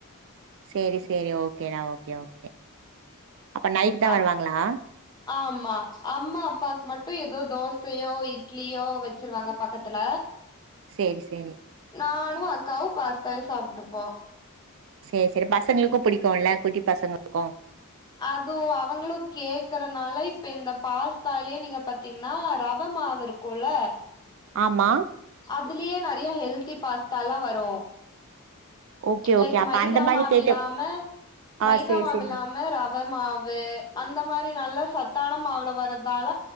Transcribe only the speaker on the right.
சேரி சேரி ஓகேடா ஓகே ஓகே அப்ப நைட்தா
வருவாங்களா
சேரி சேரி
சேரி சேரி பசங்களுக்கு புடிக்குல குட்டி பசங்களுக்கு
ஆமா
ஓகே
ஓகே அப்ப
அந்த மாரி
கேட்டு ஆ
சேரி
சேரி